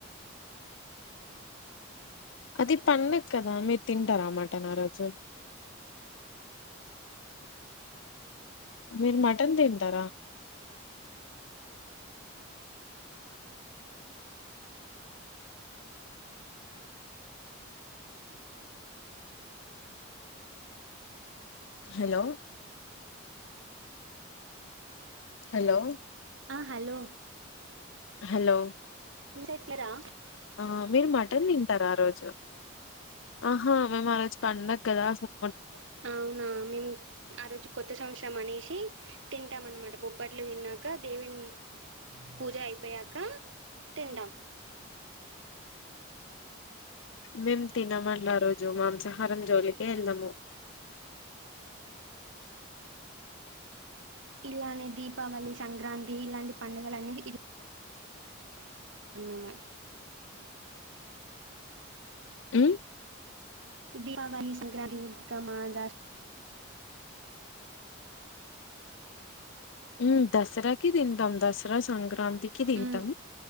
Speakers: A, on the left; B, on the right.
A: అది పండగ కదా మీరు తింటార మటన్ ఆరోజు మీరు మటన్ తింటరా హలో హలో
B: ఆ హలో
A: హలో
B: ఎట్లారా
A: ఆ మీరు మటన్ తింటర ఆ రోజు ఆహా మెమరోజ్ పండగదా అసల్
B: అవునా మేం ఆ రోజు కొత్త సంవత్సరం అనేసి తింటాం అనమాట బొబ్బట్లు తిన్నాక దేవున్ని పూజ అయిపోయాక తిండం
A: మేం తినమండి ఆ రోజు మాంసాహారం జోలికే ఎల్లము
B: ఇలానే దీపావళి సంక్రాంతి ఇలాంటి పండుగలన్నీ ఇ మేము <unintelligible>
A: మ్మ్?
B: దీపావళి సంక్రాంతి ఇంకా మా దాస్
A: ఉమ్ దసరాకి తింటాం దసరా సంక్రాంతి కి తింటాం
B: మ్